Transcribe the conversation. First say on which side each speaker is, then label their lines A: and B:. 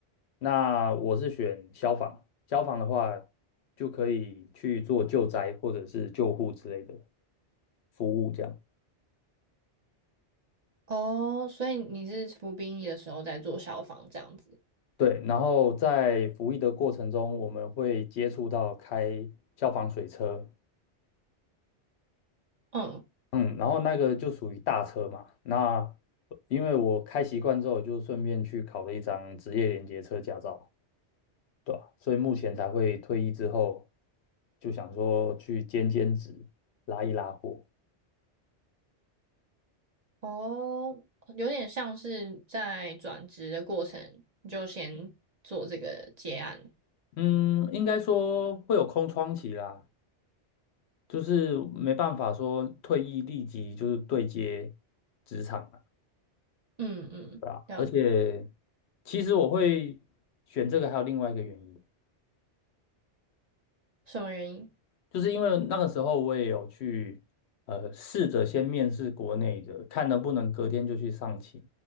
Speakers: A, on the left (about 70°); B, on the right (about 40°).
A: 那我是选消防，消防的话就可以去做救灾或者是救护之类的服务，这样。
B: 哦，所以你是服兵役的时候在做消防这样子。
A: 对，然后在服役的过程中，我们会接触到开消防水车，
B: 嗯
A: 嗯，然后那个就属于大车嘛。那因为我开习惯之后，就顺便去考了一张职业连接车驾照，对吧？所以目前才会退役之后，就想说去兼兼职，拉一拉货。
B: 哦，有点像是在转职的过程你就先做这个接案。
A: 嗯，应该说会有空窗期啦，就是没办法说退役立即就是对接职场了，
B: 嗯嗯，
A: 对吧？
B: 要
A: 而且其实我会选这个，还有另外一个原因，
B: 什么原因
A: 就是因为那个时候我也有去呃试着先面试国内的，看能不能隔天就去上勤